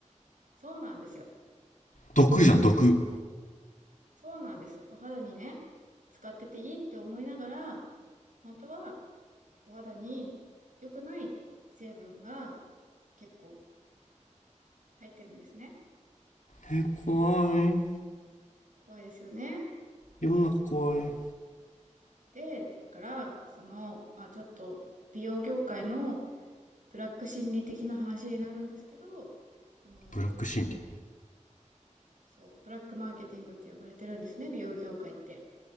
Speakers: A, on the right (about 90°); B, on the left (about 75°).
A: そうなんですよ。
B: 毒じゃん、毒。
A: そうなんです。お肌にね、使ってていいって思いながら、本当はお肌に良くない成分が結構入ってるんですね。
B: え、怖い。
A: 怖いですよね。
B: 世の中怖い。
A: そうで、だから、その、まあちょっと美容業界のブラック心理的な話になるんですけど、その、
B: ブラック心理。
A: そう、ブラックマーケティングって呼ばれてるんですね、美容業界って。